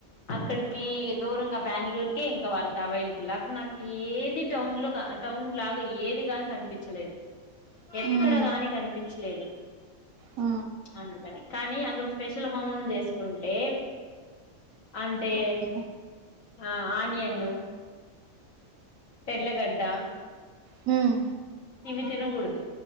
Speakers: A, on the left; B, on the right.
A: అక్కడికి దూరంగా బెంగళూరుకే ఇంకా వాళ్ళకి అవైలబుల్ అక్కడ నాక్ ఏది టౌన్ లో క టౌన్ లాగా ఏది గాని కనిపిచ్చలేదు. ఎక్కడ
B: ఉమ్
A: గాని కనిపిచ్చలేదు.
B: ఆ
A: అందుకని కానీ అక్కడ స్పెషల్ హోమం చేసుకుంటే అంటే
B: ఓకే
A: ఆ ఆనియన్ తెల్లగడ్డ
B: హుమ్
A: ఇవి తినగూడదు